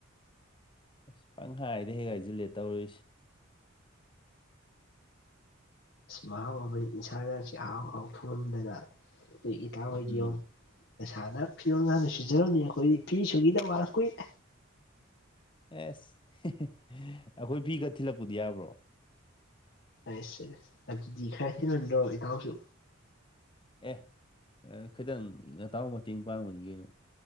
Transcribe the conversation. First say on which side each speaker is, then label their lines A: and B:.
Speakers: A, on the left (about 25°); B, on the left (about 50°).
A: ꯑꯁ ꯄꯪ ꯍꯥꯏꯥꯏꯗ ꯍꯦꯛꯒꯥꯏꯁꯤꯜꯂꯦ ꯇꯧꯔꯔꯤꯁꯁꯤ
B: ꯃꯍꯥꯎ ꯑꯃꯗꯤ ꯏꯟꯁꯥꯡ ꯉ ꯆꯍꯥꯎ ꯍꯥꯎ ꯊꯣꯡꯍꯗꯅ ꯏꯇꯥ ꯑꯣꯏꯗꯌ
A: ꯎꯝ
B: ꯄꯩꯁꯥꯅ ꯐꯤꯔꯣꯟꯜ ꯀꯥꯟꯗ ꯁꯤꯨꯖꯔꯝꯅꯤ ꯑꯩꯈꯣꯏꯗꯤ ꯐꯤ ꯁꯨꯒꯤꯗ ꯀꯨꯏꯔꯦ
A: ꯑꯦꯁ ꯑꯩꯈꯣꯏ ꯐꯤꯒ ꯊꯤꯜꯂꯛꯄꯗꯤ ꯌꯥꯕ꯭ꯔꯣ?
B: ꯑꯁꯦ ꯑꯗꯨꯗꯤ ꯈꯔ ꯍꯦꯟꯃꯟꯗ꯭ꯔꯣ ꯏꯇꯎꯁꯨ?
A: ꯑꯦ ꯈꯤꯇꯪ ꯅꯇꯥꯎ ꯃꯇꯦꯡ ꯄꯥꯡꯕꯅꯤ ꯀꯩꯅꯣ